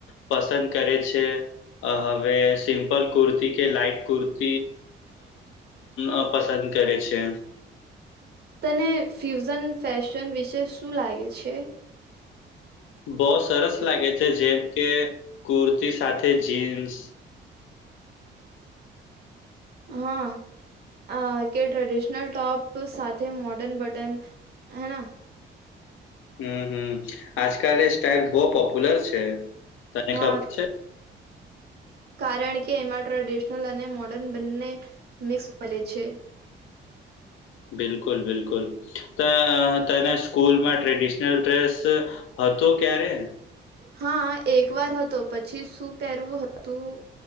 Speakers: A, on the left (about 80°); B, on the right (about 55°).
A: પસંદ કરે છે હવે સિમ્પલ કુર્તી કે લાાઈટ કુર્તી અ પસંદ કરે છે.
B: તને ફ્યુઝન ફેશન વિશે શું લાગે છે?
A: બહઉ સરસ લાગે છે જેમ કે કુર્તી સાથે જીન્સ
B: હમ અ કે ટ્રેડિશનલ ટોપ સાથે મોર્ડન બટન હેના
A: હમ હમ આજકાલ એ સ્ટઇલ બહુ પોપ્યુલર છે તને
B: હા
A: ખબર છે.
B: કારણ કે એમાં ટ્રેડિશનલ અને મોર્ડર્ન બંને મિક્સ મળે છે.
A: બિકુલ બિલકુલ ત તને સ્કૂલમાં ટ્રેડિશનલ ડ્રેસ હતો ક્યારે
B: હા એક વાર હતો પછી શું પહેરવું હતું